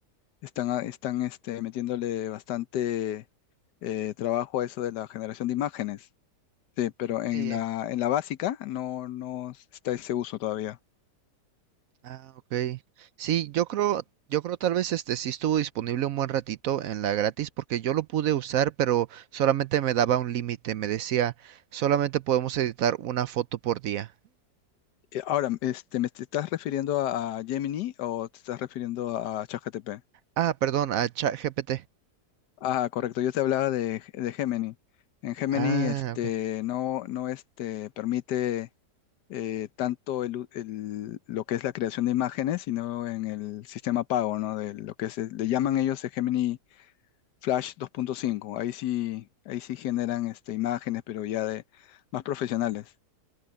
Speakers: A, on the left; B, on the right.
A: están, a- están este, metiéndole bastante eh, trabajo a eso de la generación de imágenes. Sí, pero en
B: Sí,
A: la, en la básica no, no está ese uso todavía.
B: Ah, ok. Sí, yo creo, yo creo tal vez este sí estuvo disponible un buen ratito en la gratis porque yo lo pude usar, pero solamente me daba un límite, me decía, solamente podemos editar una foto por día.
A: Eh, Ahora, este, ¿me te estás refiriendo a, a Gemini o te estás refiriendo a ChatGPT?
B: Ah, perdón, a ChatGPT.
A: Ah, correcto, yo te hablaba de, de Gemini. En Gemini,
B: Ah,
A: este,
B: ok.
A: no, no, este, permite eh, tanto el u- el- lo que es la creación de imágenes, sino en el sistema pago, ¿no? De lo que se, le llaman ellos el Gemini Flash 2.5. Ahí sí, ahí sí generan, este, imágenes, pero ya de más profesionales.